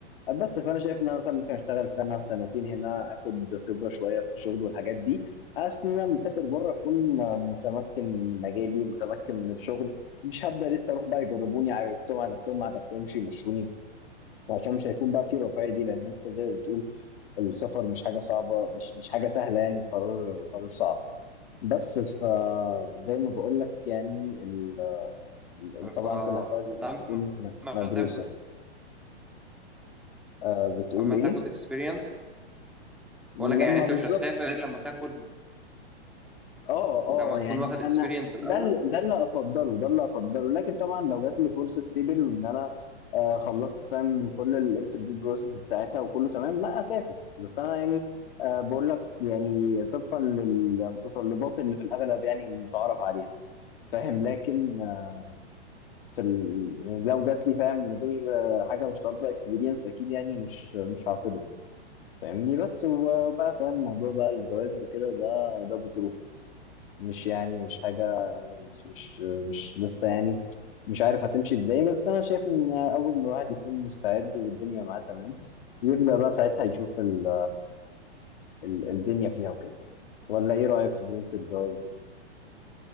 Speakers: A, on the left; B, in the centre.
A: بس فانا شايف ان انا مثلا ممكن اشتغل فيها مثلا سنتين هنا اخد خبره شويه في الشغل والحاجات دي اصل انا مسافر بره اكون متمكن من مجالي متمكن من الشغل مش هبدا لسه اروح بقى يجربوني عجبتهم عجبتهم ما عجبتهمش يمشوني وعشان مش هيكون بقى في الرفاهيه دي لان انت زي ما بتقول السفر مش حاجه صعبه مش مش حاجه سهله يعني وقرار وقرار صعب بس فزي ما بقول لك يعني ال- ال-
B: فلما
A: طبعا كل حاجه لازم تكون مدروسه
B: تاخد
A: آه، بتقول
B: لما
A: ايه
B: تاخد اكسبيرينس
A: لما
B: بقول لك يعني انت
A: بالظبط
B: مش هتسافر الا لما تاخد
A: اه
B: لما
A: اه
B: تكون
A: يعني
B: واخد اكسبيرينس
A: انا ده
B: الاول
A: ال- ده اللي افضله ده اللي افضله لكن طبعا لو جات لي فرصه ستيبل وان انا آه خلصت فاهم كل الانترفيو بروسيس بتاعتها وكله تمام لا اسافر بس انا يعني آه بقول لك يعني طبقا للمتطلبات اللي في الاغلب يعني متعارف عليها فاهم لكن آه، في ال... يعني لو جات لي فاهم من غير آه، حاجه مش طالبه اكسبيرينس اكيد يعني مش مش هعترض فاهمني بس وبقى فاهم موضوع بقى الجواز وكده ده ده بظروفه مش يعني مش حاجة مش مش مش لسه يعني مش عارف هتمشي ازاي بس انا شايف ان اول ما الواحد يكون مستعد والدنيا معاه تمام يبدأ بقى ساعتها يشوف ال ال الدنيا فيها وكده ولا ايه رأيك في بوينت الجواز دي